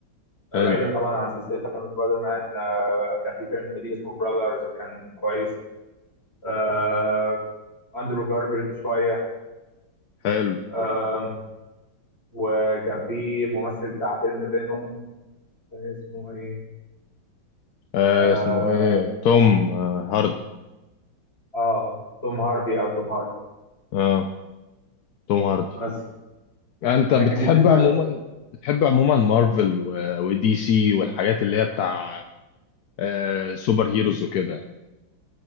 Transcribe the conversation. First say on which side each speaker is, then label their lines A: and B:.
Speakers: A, on the left (about 30°); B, on the left (about 65°).
A: آه،
B: حلو
A: بعيدا طبعا عن سلسله افلام سبايدر مان آه، كان في فيلم ليه اسمه براذرز كان كويس آه، اندرو جارفيلد شويه
B: حلو
A: آه، وكان في ممثل بتاع فيلم فينوم كان اسمه ايه
B: آه
A: اه
B: اسمه ايه توم آه هاردي
A: آه، توم هاربي او توم هاردي
B: اه توم هاردي
A: بس
B: انت
A: مم. لكن
B: بتحب
A: بالنسبه
B: عموما
A: للأفلام
B: بتحب عموما مارفل و- ودي سي والحاجات اللي هي بتاع آه سوبر هيروز وكده يعني